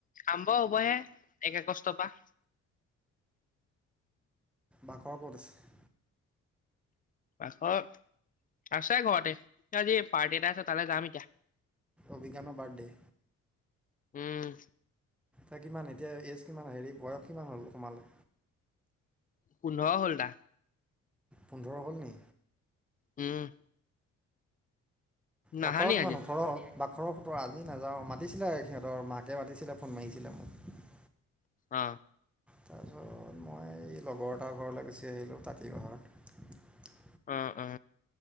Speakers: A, on the left (about 30°); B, in the centre.
A: আৰম্ভ হ'বহে একে আগষ্টৰ পৰা।
B: বাঘৰ ক'ত আছে?
A: বাঘৰ, আছে ঘৰতে আজি পাৰ্টি এটা আছে তালৈ যাম এতিয়া।
B: অভিজ্ঞানৰ বাৰ্থডে।
A: উম।
B: এ কিমান এতিয়া এজ কিমান হেৰি বয়স কিমান হ'ল সোমালে।
A: পোন্ধৰ হ'ল তাৰ।
B: পোন্ধৰ হ'ল নি?
A: উম। নাহা
B: বাখৰ
A: নি
B: কিমান
A: আজি
B: ওঠৰ হল। বাখৰ সোতৰ আজি নাযাওঁ মাতিছিলে সিহঁতৰ মাকে মাতিছিলে ফোন মাৰিছিলে মোক।
A: অ।
B: তাৰপিছত মই এই লগৰ এটাৰ ঘৰলৈ গুচি আহিলোঁ তাঁতি বাহত।
A: অ অ।